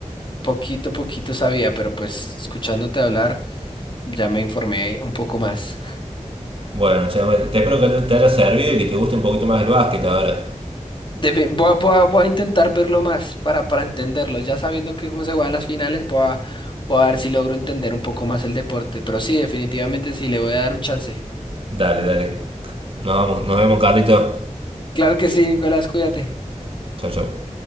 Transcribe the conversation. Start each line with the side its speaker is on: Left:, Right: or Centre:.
Left: poquito a poquito sabía, pero pues escuchándote hablar, ya me informé un poco más.
Right: Bueno, che, te espero que te haya servido y que te guste un poquito más el básquet ahora.
Left: Debe- voy a, voy a- voy a intentar verlo más para, para entenderlo. Ya sabiendo que cómo se juegan las finales, voy a, voy a ver si logro entender un poco más el deporte. Pero sí, definitivamente sí, le voy a dar un chance.
Right: Dale, dale. Nos vamos, nos vemos, Carlito.
Left: Claro que sí, Nicolás, cuídate.
Right: Chau, chau.